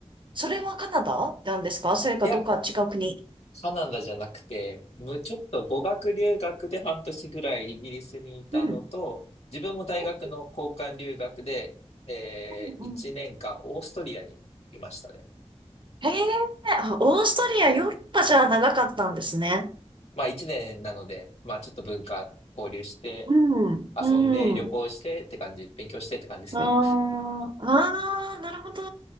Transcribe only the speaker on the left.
いや、カナダじゃなくて、むちょっと語学留学で半年ぐらいイギリスにいたのと、
自分も大学の交換留学で、
えー、
1年間オーストリアにいましたね。
まあ1年なので、まあちょっと文化交流して、
遊んで、
旅行してって感じ、勉強してって感じですね。